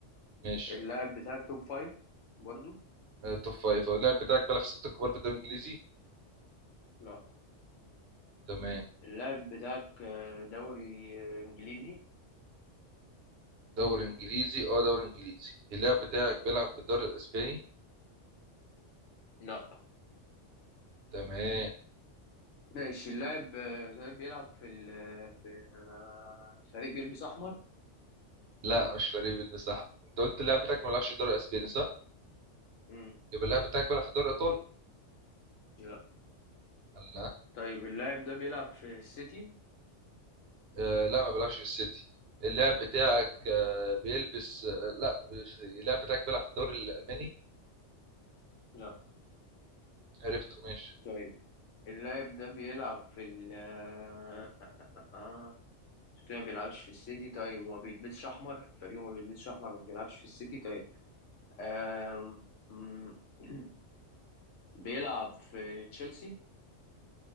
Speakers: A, on the right; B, on the left.
A: ماشي
B: اللاعب بتاعك توب فايف برضو
A: آه، توب فايف اللاعب بتاعك بيلعب في الستة الكبار في الدوري الانجليزي
B: لا
A: تمام
B: اللاعب بتاعك آه، دوري آه، انجليزي
A: دوري انجليزي اه دوري انجليزي اللاعب بتاعك بيلعب في الدوري الاسباني
B: لا
A: تمام
B: ماشي اللاعب آه، طيب بيلعب في ال في آه، فريق بيلبس احمر
A: لا مش فريق بن صح انت قلت اللاعب بتاعك ما بيلعبش في الدوري الاسباني صح
B: مم.
A: يبقى اللاعب بتاعك بيلعب في الدوري الايطالي
B: لا
A: لا
B: طيب اللاعب ده بيلعب في السيتي
A: آه لا ما بيلعبش في السيتي اللاعب بتاعك آه بيلبس آه لا اللاعب بتاعك بيلعب في الدوري الالماني
B: لا
A: عرفته ماشي
B: طيب اللاعب ده بيلعب في ال آه، آه، آه. ما بيلعبش في السيتي طيب وما بيلبسش احمر فريقه ما بيلبسش احمر ما بيلعبش في السيتي طيب آم، مم. <clears throat> بيلعب في تشيلسي